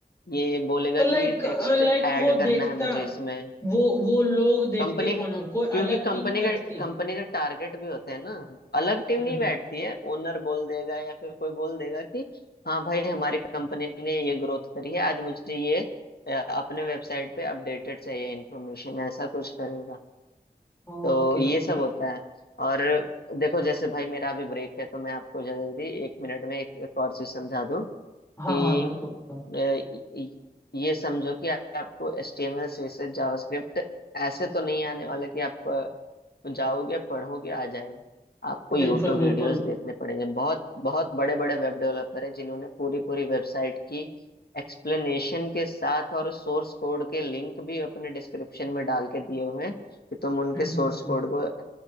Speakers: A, on the left (about 70°); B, on the left (about 15°).
A: ये बोलेगा
B: तो लाइक
A: कि ये टेक्स्ट
B: लाइक
A: ऐड
B: वो
A: करना
B: देखता
A: है मुझे इसमें
B: वो वो लोग देखते
A: कंपनी के
B: कौन है कोई
A: क्योंकि
B: अलग
A: कंपनी
B: टीम
A: के
B: बैठती
A: कंपनी
B: है
A: के टारगेट भी होते हैं ना अलग टीम
B: हम्म,
A: नहीं बैठती है ओनर बोल देगा या फिर कोई बोल देगा कि हाँ भाई हमारी कंपनी ने ये ग्रोथ करी है आज मुझे ये अ, अपने वेबसाइट पे अपडेटेड चाहिए इन्फॉर्मेशन ऐसा कुछ करेगा
B: Okay
A: तो ये
B: okay
A: सब होता है और देखो जैसे भाई मेरा अभी ब्रेक है तो मैं आपको जल्दी एक मिनट में एक, एक और चीज समझा दूं कि
B: हाँ हाँ बिल्कुल
A: अ, ये समझो कि आपको HTML CSS जावास्क्रिप्ट ऐसे तो नहीं आने वाला कि आप अ, जाओगे पढ़ोगे आ जाएगा आपको यूट्यूब
B: बिल्कुल बिल्कुल
A: वीडियोस देखने पड़ेंगे बहुत बहुत बड़े बड़े वेब डेवलपर हैं जिन्होंने पूरी पूरी वेबसाइट की एक्सप्लेनेशन के साथ और सोर्स कोड के लिंक भी अपने डिस्क्रिप्शन में डाल के दिए हुए हैं कि तुम उनके
B: हम्म,
A: सोर्स
B: हम्म, हम्म।
A: कोड को